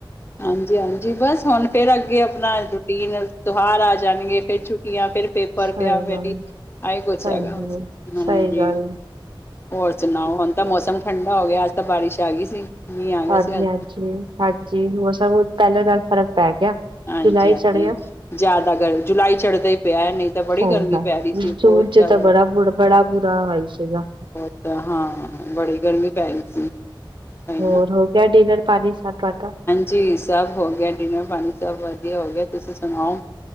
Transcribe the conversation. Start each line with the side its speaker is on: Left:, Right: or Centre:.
Left: ਹਂਜੀ- ਹਂਜੀ ਬਸ ਹੁਣ ਫੇਰ ਅੱਗੇ ਆਪਣਾ ਰੂਟੀਨ ਤਿਉਹਾਰ ਆ ਜਾਣਗੇ। ਫੇਰ ਛੁੱਟੀਆਂ, ਫੇਰ ਪੇਪਰ
Right: ਸਹੀ
Left: ਪਿਆ
Right: ਗੱਲ
Left: ਕਦੀ ਆਈ ਕੁਛ
Right: ਸਹੀ
Left: ਹੈਗਾ ਵਾ
Right: ਗੱਲ
Left: ਜੀ। ਹਂਜੀ
Right: ਸਹੀ ਗੱਲ
Left: ਹੋਰ ਸੁਣਾੳ ਹੁਨ ਤਾਂ ਮੂਸਮ ਹੈਗਾ। ਠੰਡਾ ਹੋ ਗਿਆ ਅਜ ਤਾਂ ਬਾਰਿਸ਼ ਆ ਗੀ ਸੀ ਮੀਂਹ ਆ ਗਿਆ
Right: ਹਾਂਜੀ
Left: ਸੀ ਅੱਜ
Right: ਹਾਂਜੀ
Left: ਤਾਂ
Right: ਹਾਂਜੀ ਹੋ ਸਥ <unintelligible> ਪਹਿਲਾਂ ਨਾਲ ਫਰਕ ਪੈ ਗਿਆ
Left: ਹਾਂਜੀ
Right: ਜੁਲਾਈ
Left: ਹਾਂਜੀ
Right: ਚੜ੍ਹ ਗਿਆ
Left: ਜਾਦਾ ਗਰ ਜੁਲਾਈ ਚੜਦੀ ਹੀ ਪਿਆ ਨਹੀਂ ਤਾਂ ਬੜੀ
Right: ਸਹੀ
Left: ਗਰਮੀ
Right: ਗੱਲ
Left: ਪੈ ਰਹੀ ਸੀ
Right: ਜੂਨ
Left: ਬਹੁਤ
Right: ਚ
Left: ਜਾਦਾ
Right: ਤਾਂ ਬੜਾ ਬੁ ਬੜਾ ਬੁਰਾ ਹਾਲ ਸੀਗਾ
Left: ਪਤਾ ਹਾਂ ਬੜੀ ਗਰਮੀ ਪੈ ਰਹੀ ਸੀ ਸਹੀ
Right: ਹੋਰ
Left: ਨਾ
Right: ਹੋ ਗਿਆ ਡਿਨਰ ਪਾਣੀ ਸਭ ਤੁਹਾਡਾ
Left: ਜੀ ਸਬ ਹੋ ਗਿਆ ਡਿਨਰ ਪਾਣੀ ਸਬ ਵਦੀਆ ਹੋਗਿਆ ਹੋ ਗਿਆ ਤੁਸੀਂ ਸੁਣਾਓ